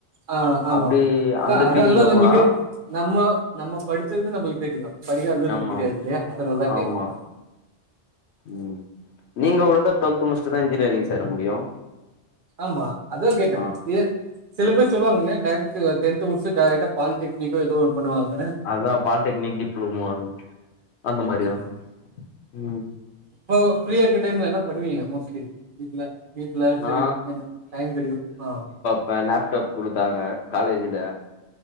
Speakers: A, on the right; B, on the left.
A: ஆ ஆமா
B: அப்டி
A: அதா
B: அந்த ஃபீல்டுல
A: அதெல்லா நம்ளுக்கு
B: போலா
A: நம்ம நம்ம படிச்சது நம்ளுக்கு தெரியு படிக்காதது
B: ஆமா
A: நமக்கு தெரியாது இல்லையா அதனாலதா
B: ஆமா
A: கேக்ற நம்
B: ம் நீங்க கூட தா ட்வெல்த் முட்ஸ்ட்டுதா இன்ஜினியரிங் சேர முடியு
A: ஆமா அதா கேட்டே
B: ஆ
A: இது சிலபேர் சொல்வாங்கல டேரெக்ட் டென்த் முடிச்ட்டு டேரெக்டா பாலிடெக்னிக்கோ ஏதோ ஒண்ணு பண்ணுவாங்கனு
B: அதா பாலிடெக்னிக் டிப்ளமோ அது அந்த மாரியா
A: ஓகே,
B: ம்
A: இப்போ ஃப்ரீாயா இருக்க டைம்ல என்ன பண்ணுவீங்க மோஸ்ட்லி வீட்ல வீட்ல
B: நா
A: சரி என்ன டைம் கெடைக்குமா
B: இப்ப லேப்டாப் குடுத்தாங்க காலேஜ்ஜூல